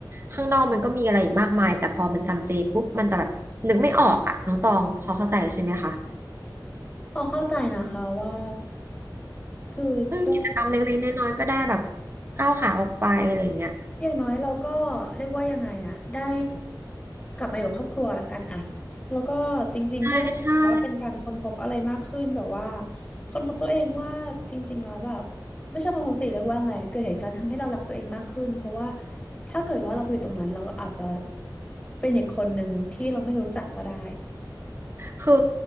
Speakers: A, on the right; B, on the left.
A: ข้างนอกมันก็มีอะไรอีกมากมายแต่พอมันจำเจปุ๊บมันจะแบบนึกไม่ออกอะน้องตองพอเข้าใจใช่ไหมคะ
B: พอเข้าใจนะคะว่าคือก็
A: อืมกิจกรรมเล็กๆน้อยๆก็ได้แบบก้าวขาออกไปอะไรอย่างเงี้ย
B: อย่างน้อยเราก็เรียกว่ายังไงอะได้กลับมาอยู่กับครอบครัวแล้วกันอะแล้วก็จริงๆก็ถือว่าเป็นการค้นพบอะไรมากขึ้นแบบว่า
A: ใช่ใช่
B: ค้นพบตัวเองว่าจริงๆแล้วแบบไม่ใช่ค้นพบสิเรียกว่าไงอะเกิดเหตุการณ์ทำให้เรารักตัวเองมากขึ้นเพราะว่าถ้าเกิดว่าเราไปอยู่ตรงนั้นเราก็อาจจะเป็นอีกคนหนึ่งที่เราไม่รู้จักก็ได้
A: คือ